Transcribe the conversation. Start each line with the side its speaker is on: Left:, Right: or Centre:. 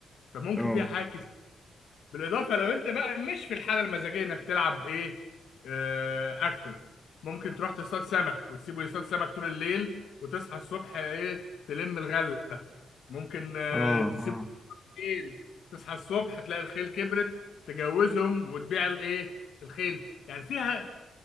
Left: فممكن
Centre: اه
Left: فيها حاجات بالاضافه لو انت بقى مش في الحاله المزاجيه انك تلعب ايه آه اكتف ممكن تروح تصطاد سمك وتسيبه يصطاد سمك طول الليل وتصحى الصبح ايه تلم الغله ممكن آه
Centre: آه
Left: تسيبه
Centre: آه
Left: خيل تصحى الصبح تلاقي الخيل كبرت تجوزهم وتبيع الايه الخيل يعني فيها